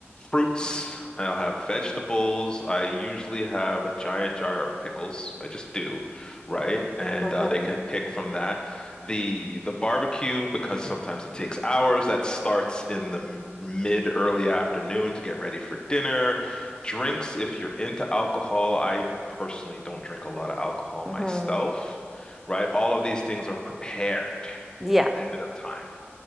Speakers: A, on the left (about 20°); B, in the centre.
A: fruits. I'll have vegetables. I usually have a giant jar of pickles. I just do, right? And
B: hmm
A: uh, they can pick from that. The the barbecue, because sometimes it takes hours, that starts in the m- mid early afternoon to get ready for dinner. Drinks, if you're into alcohol, I personally don't drink a lot of alcohol
B: hmm
A: myself, right? All of these things are prepared
B: Yeah.
A: ahead of time.